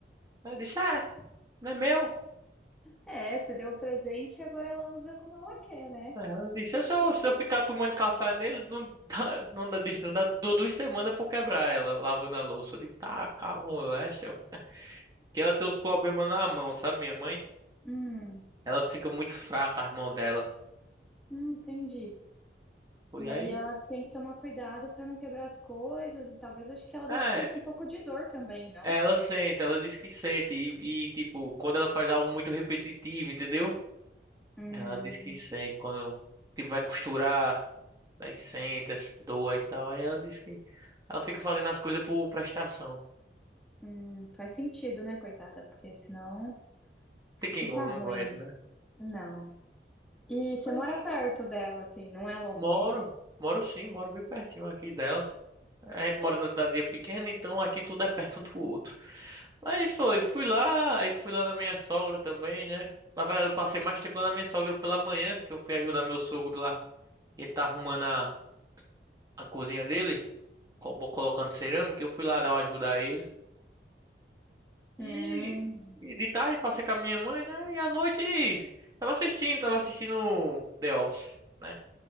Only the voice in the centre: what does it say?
É, você deu o presente e agora ela usa como ela quer, né?
Hum,
hum, entendi.
E
aí ela tem que tomar cuidado para não quebrar as coisas e talvez acho que ela
deve sentir um pouco de dor também, não?
Hum,
hum, faz sentido, né, coitada? Porque senão fica
ruim.
Não. E você
mora perto dela, assim, não é longe.
Hum,